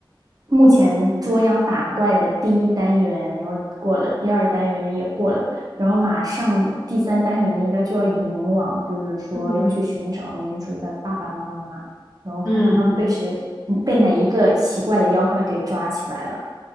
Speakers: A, on the right; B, on the left.
A: 目前捉妖打怪的第一单元，然后过了，第二单元也过了，然后马上第三单元应该就要引往，就是说要去寻找女主的爸爸妈妈，
B: 嗯
A: 然后看看他们被谁，
B: 嗯嗯，
A: 嗯被哪一个奇怪的妖怪给抓起来了。